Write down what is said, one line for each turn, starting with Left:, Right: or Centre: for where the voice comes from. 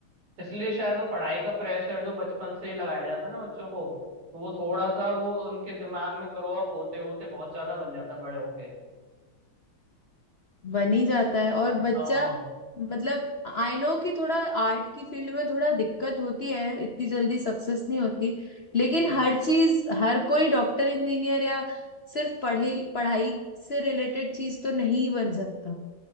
Right: इसलिए शायद वो पढ़ाई का प्रेशर जो बचपन से ही लगाया जाता है ना बच्चों को तो वो थोड़ा सा वो उनके दिमाग में ग्रो अप होते होते बहुत ज्यादा बन जाता है बड़े होके
Left: बन ही जाता है और बच्चा
Right: हाँ
Left: मतलब आई नो कि थोड़ा आर्ट की फील्ड में थोड़ा दिक्कत होती है इतनी जल्दी सक्सेस नहीं होती लेकिन
Right: हम्म,
Left: हर चीज हर कोई डॉक्टर इंजीनियर या सिर्फ पढ़े पढ़ाई से रिलेटेड चीज तो नहीं बन सकता